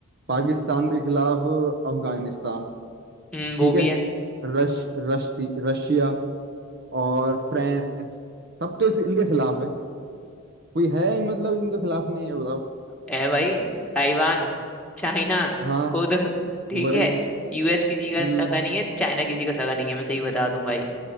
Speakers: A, on the right; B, in the centre.
A: पाकिस्तान के खिलाफ अफगानिस्तान
B: हम्म, वो
A: ठीक
B: भी
A: है
B: है
A: रश रश रशिया और फ्रांस सब तो इस, इनके खिलाफ है कोई है ही मतलब इनके खिलाफ नहीं है बताओ
B: है भाई ताइवान चाइना
A: हाँ
B: खुद <laughs> ठीक
A: वही
B: है यूएस किसी का
A: हम्म
B: सगा नहीं है चाइना किसी का सगा नहीं है मैं सही बता दूं भाई